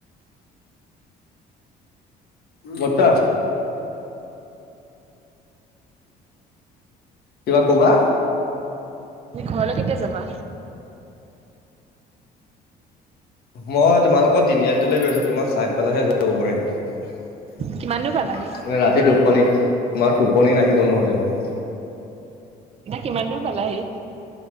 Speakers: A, on the left; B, on the right.
A: বৰতা কিবা কবা?
B: তুমি ঘৰলৈ কেতিয়া যাবা?
A: মই তোমালোকৰ তিনিআলিটোলে গৈ আছো তোমাক চাই পেলাইহে যাব পাৰিম। মানে
B: কিমান দূৰ পালাহি
A: ৰাতি টোপনি তোমাক টোপনি নাহিব নহ'লে মোৰো।
B: এতিয়া কিমান দূৰ পালাহি?